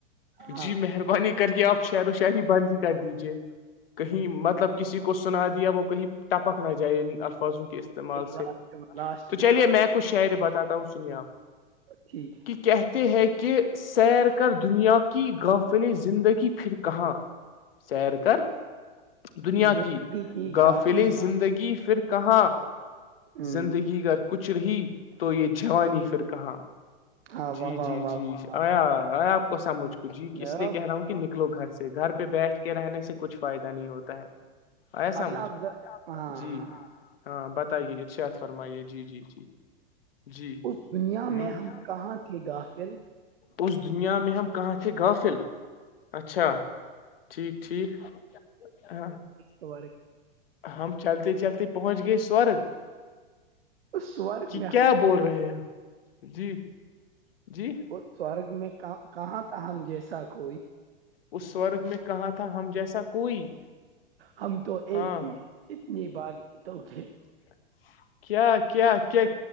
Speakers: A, on the right; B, on the left.
A: ہاں
B: جی مہربانی کر کے آپ شہر و شہری بند ہی کر دیجیے کہیں مطلب کسی کو سنا دیا وہ کہیں ٹپک نہ جائے ان الفاظوں کے استعمال
A: ایک لاسٹ
B: سے
A: لاسٹ
B: تو چلیے
A: لاسٹ
B: میں ک شعری بتاتا ہوں سنی آپ
A: ٹھیک ہے
B: کہتے ہیں کہ سیر کر دنیا کی غافل زندگی پھر کہاں سیر کر
A: ہے
B: دنیا
A: زندگی
B: کی افل
A: گافل
B: زندگی پھر کہاں
A: ہوں
B: زندگی گ کچھ رہی تو یہ جوانی پھر کہاں
A: ہاں
B: جی
A: واہ واہ
B: جی
A: واہ
B: جی
A: واہ
B: آیا ہ آ کو سمجھ کو جی
A: واہ۔
B: کہ اس لیے
A: اب
B: کہہ رہا ہوں کہ لو گھر سے گھر پہ بیٹھ کے رہنے سے کچھ فائدہ نہیں ہوتا ہے آیا سمجھ
A: اچھا آپ ہاں
B: جی
A: ہاں
B: ہاں بتائیے ارشیات فرمائیے جی جی جی جی
A: اس دنیا
B: ہ
A: میں ہم کہاں تھے افل
B: اس دنیا میں ہم کہاں تھے غافل اچھا ٹھیک ٹھیک ہاں
A: بار
B: ہم چلتے چلتے پہنچ گیئے سورے
A: اس سورگ میں ہم
B: کیا
A: جیسا،
B: بول رہے ہیں جی جی
A: اور سورگ میں کہاں ت ہم جیسا کوئی
B: اس سورگ میں کہاں تھا ہم جیسا کوئی
A: ہم تو ایک
B: ہاں
A: ہی کتنی بار جیتو گے
B: ھم کیا کیا کیا